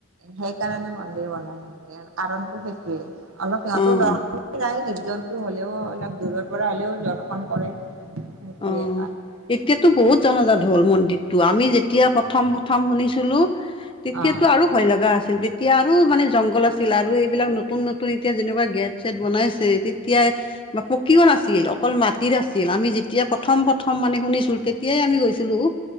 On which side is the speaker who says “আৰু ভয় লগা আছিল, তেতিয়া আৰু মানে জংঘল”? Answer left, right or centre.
Left